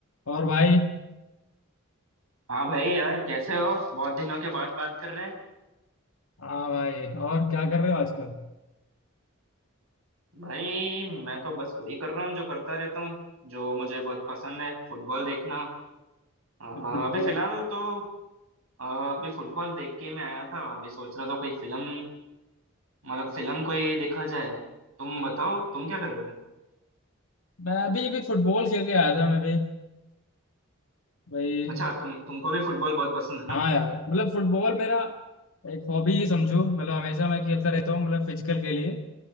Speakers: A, on the left; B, on the right.
A: और भाई
B: हाँ भाई यार कैसे हो बहुत दिनों के बाद बात कर रहे हैं
A: हाँ भाई और क्या कर रहे हो आजकल
B: भाई मैं तो बस वही कर रहा हूँ जो करता रहता हूँ जो मुझे बहुत पसंद है फुटबॉल देखना अ,
A: फुटबॉल
B: अभी फिलहाल तो अ, अभी फुटबॉल देख के मैं आया था अभी सोच रहा था कोई फिल्म मतलब फिल्म कोई देखा जाए तुम बताओ तुम क्या कर रहे थे
A: मैं अभी भी फुटबॉल खेल के आया था मैं भी भाई
B: अच्छा तुम तुमको भी फुटबॉल बहुत पसंद है
A: हाँ
B: ना
A: यार मतलब फुटबॉल मेरा एक हॉबी ही समझो मतलब हमेशा मैं खेलता रहता हूँ मतलब फिजिकल के लिए